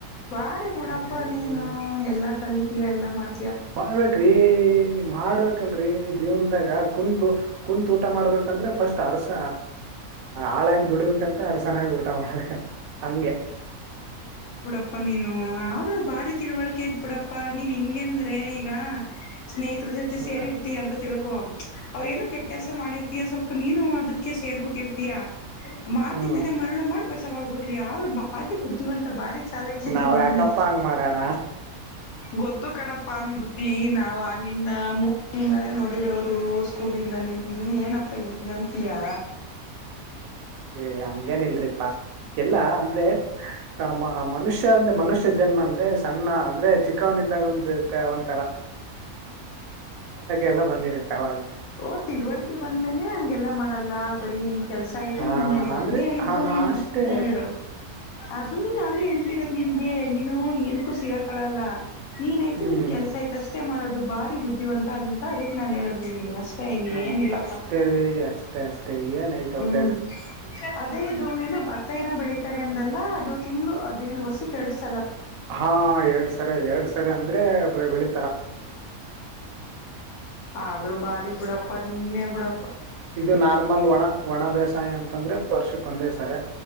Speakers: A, on the left; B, on the right.
A: ಬಾರಿ
B: ಹ್ಮ್
A: ಬುಡಪ್ಪ ನೀನು ಎಲ್ಲಾ ಕಲಿ ಎಲ್ಲ ಮಾಡ್
B: ಮಾಡ್ಬೇಕ್ರಿ ಮಾಡ್ಬೇಕಲ್ರಿ ದೇವ್ರ್ ಗ ಕುಂತು ಕುಂತು ಊಟ ಮಾಡ್ಬೇಕಂದ್ರೆ ಫಸ್ಟ್ ಅರ್ಸ ಆಳಾಗಿ ದುಡಿಬೇಕಂತ ಅರಸನಾಗಿ ಊಟ ಮಾಡ್ಬೇಕಂತ ಹಂಗೆ.
A: ಪ್ಪಾ ನೀನು ಆದ್ರೂ ಬಾರಿ ತಿಳಿವಳ್ಕೆ ಐತ್ಬುಡಪ್ಪಾ ನೀನ್ ಹಿಂಗೆ ಅಂದ್ರೆ ಈಗ ಸ್ನೇಹ್ ತ್ರ ಜೊತೆ
B: ಹ
A: ಸೇರಿರ್ತ್ತಿ ಅಂತ ತಿಳ್ ಕೋ ಅವ್ರ ಏನೋ ಕೆಟ್ಟ ಕೆಲ್ಸ ಮಾಡಿರ್ತೀಯ ಸ್ವಲ್ ಪ ನೀನು ಅದಕ್ಕೆ ಸೇರ್ಬಿಟ್ಟಿರ್ತೀಯಾ. ಮಾತಿಂದನೇ
B: ಹ್ಮ್
A: ಮರಳು ಮಾಡಿ ಬ ವಾಗ್ಬಿಟ್ಟಿದ್ಯಾ. ಆದ್ರು ಬಾರಿ ಬುದ್ಧಿವಂತ ಬಾರಿ ಚಾಲಕಿದ್ದಿ
B: ನಾವ್
A: ಬಿಡು
B: ಯಾಕಪ್ಪ
A: ನೀನ್
B: ಹಂಗ್ ಮಾಡೋಣ
A: ಗೋ ಕಡಪ್ಪ ನೀ ಬುದ್ಧಿ ನಾವ್ ಆಗಿಂದ ಮೂ ಇಂದಾನೇ ನೋಡಿ ವರು ಸ್ಕೂಲಿಂದಾನೆ ನೀನ್ ಏನಪ್ಪಾ ಹಿಂಗಂತಿಯಾ.
B: ಏ ಹಂಗೇನ್ ಇಲ್ರಿಪ್ಪ. ಎಲ್ಲ ಅಂದ್ರೆ ಆ ಮ ಮನುಷ್ಯ ಅಂದ್ರೆ ಮನುಷ್ಯ ಜನ್ಮ ಅಂದ್ರೆ ಸಣ್ಣ ಅಂದ್ರೆ ಚಿಕ್ಕವನ್ ಇದ್ದಾಗ ಒಂದಿರುತ್ತೆ ಒನ್ ಎಲ್ಲ ಬಂದಿರುತ್ತೆ ಅವಾಗ
A: ಓ ತಿಳುವಳಿಕೆ ಬಂದ್ಮೇಲೆ ಹಂಗೆಲ್ಲ ಮಾಡಲ್ಲ ಬ <unintelligible> ಕೆಲ್ಸ ಆಯ್ತು
B: ಹ
A: ನೀನ್ ಆಯ್ತು
B: ಅಂದ್ರೆ
A: ಅದ್ನೇ ಹೇಳಿದ್ದು
B: ಹ
A: ನೀನು
B: ಅಷ್ಟೇ
A: ಹೂಂ ಹೇಳು. ಅದುನೆ ನಾನು ಹೇಳ್ತಿರದ ನಿನ್ಗೆ ನೀನು ಏನ್ಕುಷಿಗಾಕಳಲ್ಲ. ನೀನ್ ಆಯತು
B: ಹ್ಮ್
A: ನಿನ್ ಕೆಲಸ ಆಯ್ತ. ಅಷ್ಟೇ ಮಾಡೋದು ಭಾರಿ ಬುದ್ಧಿವಂತ ಅಂತ ಅದಕ್ಕೆ ನಾನ್ ಹೇಳದ್ ನಿಮಗೆ ಅಷ್. ಸ್ಟೇ ಇನ್ನೇನಿಲ್ಲಪ್ಪ
B: ಹ ಮತ್ತ ಅಷ್ಟೇ ರೀ ಅಷ್ಟೇ ಅಷ್ಟೇ ಏನಐತ
A: ಹ್ಮ್
B: ಹೌದಲ್ಲ
A: ಅದೇ. ದು ಏನ ಬತ್ತ ರ ಬೆಳೀಿತಾರೆ ಅಂದಲ್ಲಾ ಅದು ತಿಂಗಳು ಅದೇನ್ ವರ್ಸು ಕೆಸ.
B: ಹಾ ಎರಡ್ ಸರಿ ಎರಡ್ ಸರಿ ಅಂದ್ರೆ ಬೆಳಿ.
A: ಆದ್ರೂ ಬಾರಿ ಬುಡಪ್ಪ. ನೀ ಬಡ.
B: ಇದು ನಾರ್ಮಲ್ ಒಣ ಒಣ ಬೇಸಾಯ ಅಂತಂದ್ರೆ ವರ್ಷಕ್ ಒಂದೇ ಸರ